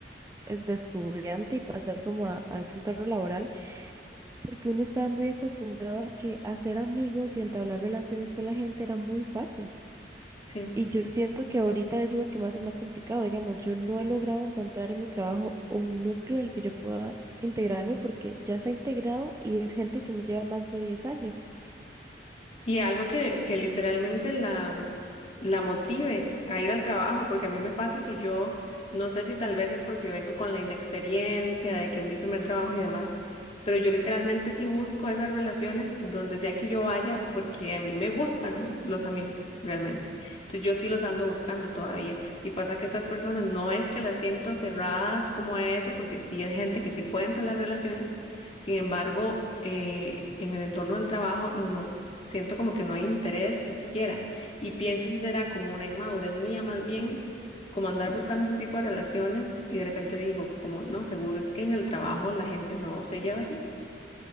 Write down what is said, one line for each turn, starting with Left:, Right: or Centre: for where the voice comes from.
Right: eh, de estudiante y pasar como a, a ese entorno laboral, porque uno estaba muy acostumbrado a que hacer amigos y entablar relaciones con la gente era muy fácil.
Left: Sí.
Right: Y yo siento que ahorita eso es lo que más se me ha complicado, digamos, yo no he logrado encontrar en mi trabajo un núcleo en el que yo pueda integrarme porque ya está integrado y es gente que me lleva más de 10 años.
Left: Y algo que, que literalmente la, la motive a ir al trabajo, porque a mí me pasa que yo, no sé si tal vez es porque yo vengo con la inexperiencia de que es mi primer trabajo y demás, pero yo literalmente sí busco esas relaciones donde sea que yo vaya, porque a mí me gustan los amigos, realmente. Entonces yo sí los ando buscando todavía. Y pasa que estas personas no es que las siento cerradas como eso, porque sí es gente que sí pueden tolerar relaciones, sin embargo... eh, en el entorno del trabajo no Siento como que no hay interés siquiera. Y pienso si será como una inmadurez mía más bien, como andar buscando ese tipo de relaciones y de repente digo, como no, seguro es que en el trabajo la gente no se lleva así.